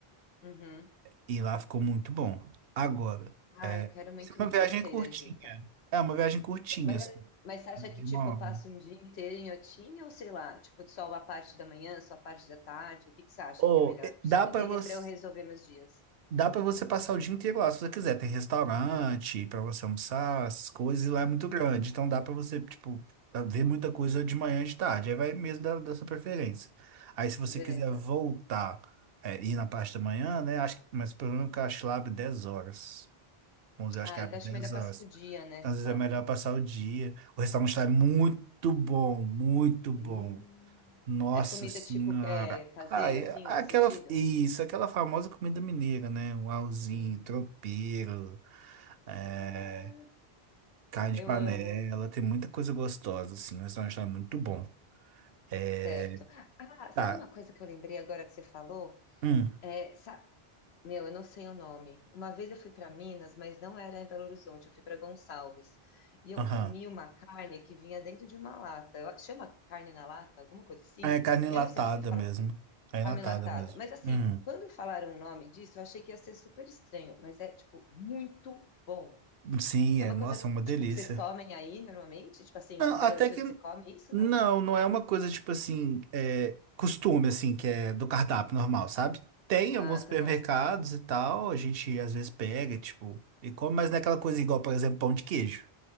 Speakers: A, on the left; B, on the right.
A: Uhum.
B: E lá ficou muito bom. Agora, é,
A: Ai, quero muito
B: isso é
A: ir,
B: uma viagem
A: gostei
B: curtinha.
A: da dica.
B: É uma viagem curtinha,
A: Mas,
B: assim,
A: mas você acha
B: de
A: que tipo
B: uma
A: eu
B: hora.
A: passo um dia inteiro em Otim ou sei lá, tipo só a parte da manhã, só a parte da tarde? O que que você acha
B: Ou,
A: que é melhor?
B: eh, dá
A: Só para
B: pra
A: entender
B: você.
A: para eu resolver meus dias.
B: Dá pra você passar o dia inteiro lá, se você quiser. Tem restaurante pra você almoçar, essas coisas, e lá é muito
A: Uhum.
B: grande. Então dá pra você, tipo, ver muita coisa de manhã e de tarde. Aí vai mesmo da, da sua preferência. Aí se você
A: Beleza.
B: quiser voltar, é, ir na parte da manhã, né? Acho, que- mas pelo menos que eu acho que lá abre 10 horas. 11, acho
A: Ah,
B: que abre
A: então acho
B: 10
A: melhor
B: horas.
A: passar o dia, né,
B: Então,
A: spa?
B: às vezes é melhor passar o dia. O restaurante lá é muito bom, muito bom.
A: Hum.
B: Nossa
A: É comida
B: senhora.
A: tipo que é caseira,
B: Ai,
A: assim,
B: aquela,
A: nesse sentido?
B: isso, aquela famosa comida mineira, né? Um auzinho,
A: Hum.
B: tropeiro, é,
A: Ai,
B: carne
A: eu
B: de panela,
A: amo.
B: tem muita coisa gostosa, assim. O restaurante lá é muito bom. É,
A: Certo. Ah,
B: tá.
A: sabe uma coisa que eu lembrei agora que você falou?
B: Hum,
A: É, sa- Meu, eu não sei o nome. Uma vez eu fui para Minas, mas não era em Belo Horizonte, eu fui para Gonçalves. E eu
B: aham.
A: comi uma carne que vinha dentro de uma lata. Eu- Chama carne na lata, alguma coisa assim?
B: Ah, É carne enlatada
A: Eu não sei, já ouvi falar.
B: mesmo. É enlatada
A: Camelatada.
B: mesmo.
A: Mas assim,
B: Hum.
A: quando falaram o nome disso, eu achei que ia ser super estranho, mas é tipo muito bom.
B: Sim,
A: É
B: é,
A: uma
B: nossa,
A: coisa
B: é uma delícia.
A: tipo que vocês comem aí normalmente? Tipo assim, em
B: Não, até
A: Belo Horizonte
B: que.
A: você come isso,
B: Não,
A: não?
B: não é uma coisa tipo assim, é, costume assim, que é do cardápio normal, sabe? Tem
A: Ah,
B: alguns supermercados
A: tá bom.
B: e tal, a gente às vezes pega, tipo, e come, mas não é aquela coisa igual, por exemplo, pão de queijo.